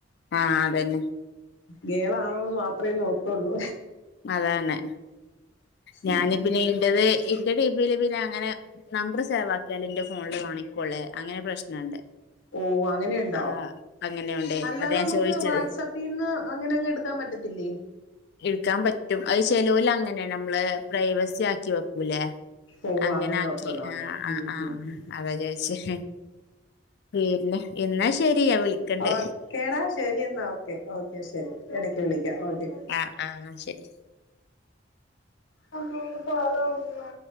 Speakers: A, on the left (about 60°); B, on the left (about 80°).
A: ആ അതന്നെ
B: ഗേളാണോന്ന് മാത്രെ നോക്കുള്ളൂ
A: അതാണ് ഞാനി
B: ഉം
A: പിന്നെ ഇന്റത് ഇന്റെ ടി പിയില് പിന്നെ അങ്ങനെ നമ്പർ സേവാക്കിയാല് എന്റെ ഫോണില് കാണിക്കോള്ള് അങ്ങനെ പ്രശ്നണ്ട്
B: ഓ അങ്ങനെയുണ്ടോ
A: ആഹ് അങ്ങനെയുണ്ടേ
B: അല്ലാതെ
A: അതാ ഞാൻ
B: നമുക്ക്
A: ചോദിച്ചത്
B: വാട്സപ്പിന്ന് അങ്ങനെ അങ്ങ് എടുക്കാൻ പറ്റത്തില്ലേ
A: എടുക്കാൻ പറ്റും അയ് ചെലോല് അങ്ങനെ നമ്മള് പ്രൈവസി ആക്കി വെക്കൂലേ
B: ഓ
A: അങ്ങനെ ആക്കി
B: വെക്കുന്നുണ്ട്
A: ആ ആ
B: ഉം
A: ആഹ
B: ഉം ഉം
A: അതാ ചോയ്ച്ച പിന്നെ എന്നാ ശരി ഞാൻ വിളിക്കണ്ട്
B: ഓക്കേടാ ശരി എന്നാ ഓക്കെ ഓക്കെ ശരി ഇടക്ക് വിളിക്കാം ഓക്കെ
A: ആഹ് ആഹ് ശരി
B: അമ്മ ഒന്ന് പറ അമ്മേ